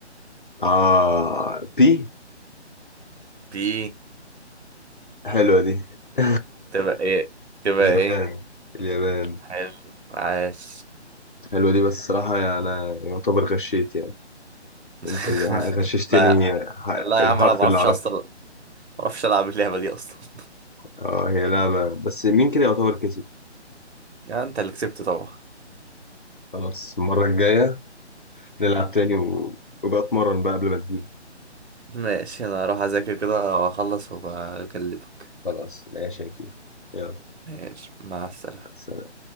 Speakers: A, on the left; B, on the right.
A: اه بي
B: بي
A: حلوة دي <laughs>
B: تبقى ايه تبقى
A: جبان
B: ايه
A: اليابان
B: حلو عاش
A: حلوة دي بس صراحة يعني أنا يعتبر غشيت يعني
B: <laughs>
A: انت غششتني
B: لا
A: ه-
B: لا
A: الحرف
B: يا عم انا ما بعرفش
A: اللي اعرفه
B: اصلا ما بعرفش العب اللعبه دي اصلا <laughs>
A: اه هي لعبة بس مين كده يعتبر كسب
B: يعني انت اللي كسبت طبعا
A: خلاص المرة الجاية نلعب تاني و... وبقى اتمرن بقى قبل ما تجيلي
B: ماشي انا هروح اذاكر كده واخلص وبكلمك
A: خلاص ماشي يا كبير يلا
B: ماشي مع السلامه
A: سلام